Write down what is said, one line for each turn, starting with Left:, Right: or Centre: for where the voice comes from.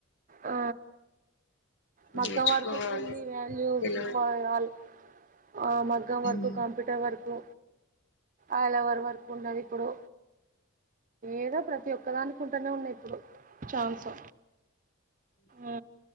Right: ఆ మగ్గం
Left: నేర్చుకోవాలి
Right: వర్క్ కు ఉండే వాల్యూవ్
Left: తెలవదు
Right: మరదాల్ ఆ మగ్గం
Left: హ్మ్
Right: వర్కు కంప్యూటర్ వర్కు ఆళ్ళ ఆ వర్క్ ఉండది ఇప్పుడు. ఏదో ప్రతి ఒక్కదానికి ఉంటానే ఉన్నాయి ఇప్పుడు ఛాన్సు. ఆ